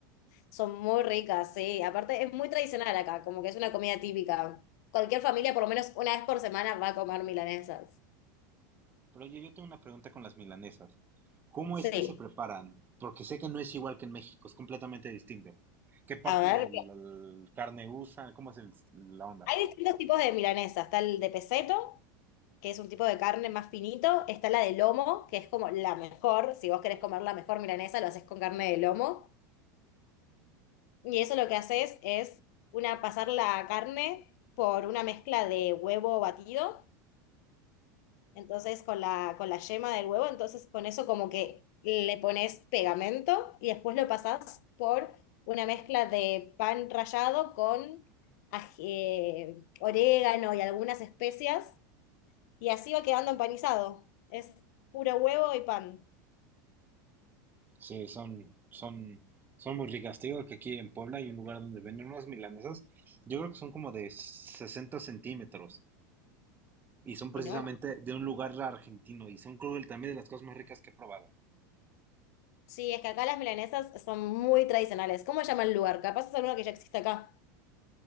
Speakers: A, on the left; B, on the right.
A: Son muy ricas, sí. Aparte, es muy tradicional acá, como que es una comida típica. Cualquier familia, por lo menos una vez por semana, va a comer milanesas.
B: Pero oye, yo tengo una pregunta con las milanesas. ¿Cómo
A: Sí.
B: es que se preparan? Porque sé que no es igual que en México, es completamente distinto. ¿Qué parte
A: A ver,
B: de la carne usan? ¿Cómo es el- la onda?
A: hay distintos tipos de milanesas. Está el de peseto. que es un tipo de carne más finito. Está la de lomo, que es como la mejor. Si vos querés comer la mejor milanesa, lo haces con carne de lomo. Y eso lo que haces es una, pasar la carne por una mezcla de huevo batido, entonces con la, con la yema del huevo, entonces con eso como que le pones pegamento y después lo pasás por una mezcla de pan rallado con ají- eh, orégano y algunas especias Y así va quedando empanizado. Es puro huevo y pan.
B: Sí, son, son, son muy ricas. Te digo que aquí en Puebla hay un lugar donde venden unas milanesas. Yo creo que son como de 60 centímetros. Y son precisamente
A: Enorme.
B: de un lugar argentino y son creo que también de las cosas más ricas que he probado.
A: Sí, es que acá las milanesas son muy tradicionales. ¿Cómo se llama el lugar? Capaz es alguno que ya existe acá.